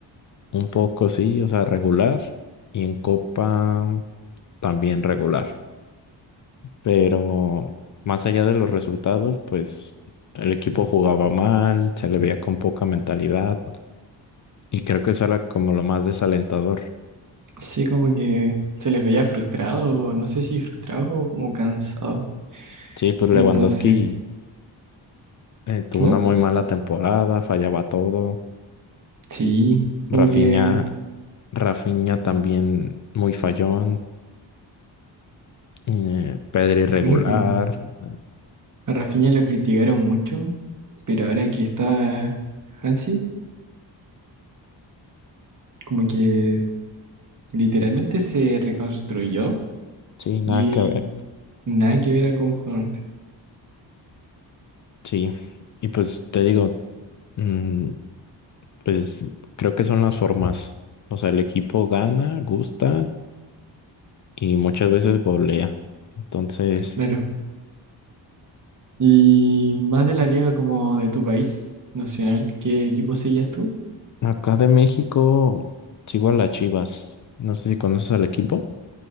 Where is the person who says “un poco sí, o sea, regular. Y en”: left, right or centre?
Left